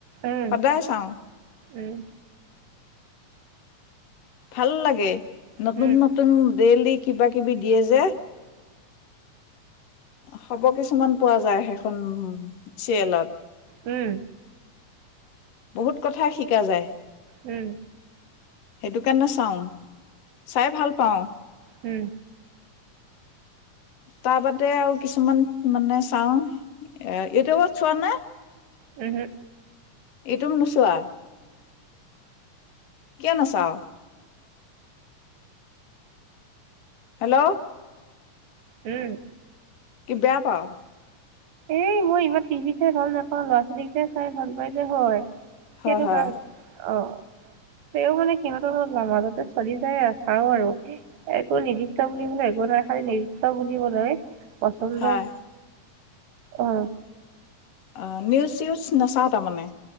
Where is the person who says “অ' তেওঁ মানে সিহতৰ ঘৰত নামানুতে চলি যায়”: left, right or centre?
Right